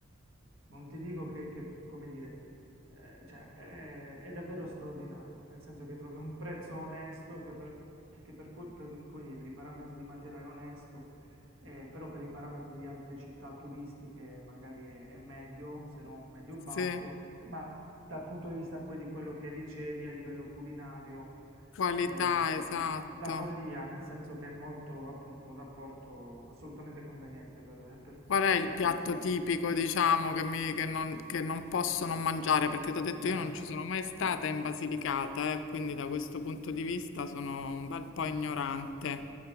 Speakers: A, on the right (about 80°); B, on the left (about 65°).
A: non ti dico che, che, come dire, eh, cioè, è, è davvero straordinario, nel senso che trovi un prezzo onesto che per, che per que- per, come dire, per i parametri di Matera è onesto, eh, però per i parametri di altre città turistiche magari è, è medio, se non medio-basso.
B: Sì,
A: ma dal punto di vista poi di quello che dicevi a livello culinario,
B: qualità,
A: eh,
B: esatto.
A: l- la follia, nel senso che è molto appunto un rapporto assolutamente conveniente per, per-
B: Qual
A: per
B: è il
A: chi acquista.
B: piatto tipico, diciamo, che, mi- che non, che non posso non mangiare? Perché ti ho detto
A: Ah.
B: io non ci sono mai stata in Basilicata, eh, quindi da questo punto di vista sono
A: <laughs>
B: un bel po' ignorante.